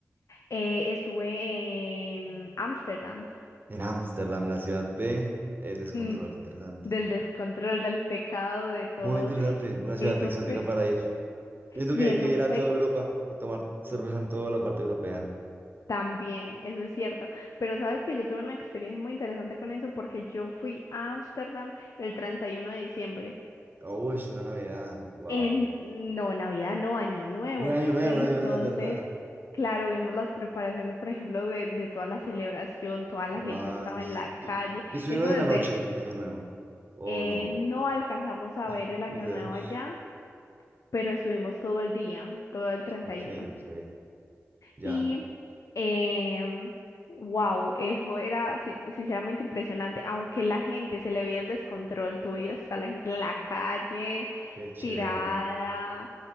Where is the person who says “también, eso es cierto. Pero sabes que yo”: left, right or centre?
Left